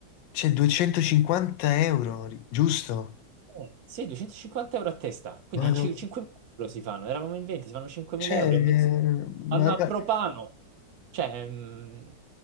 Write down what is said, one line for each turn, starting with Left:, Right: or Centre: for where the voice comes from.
Left: C'è 250 euro, ri- giusto?
Right: eh, sì, 250 euro a testa, quindi
Left: Ma
Right: in
Left: non...
Right: cin- 5.000 euro si fanno, eravamo in 20, si fanno 5.000
Left: C'è...
Right: euro e mezzo,
Left: Ma,
Right: vanno a
Left: ma-
Right: propano, cioè, mm,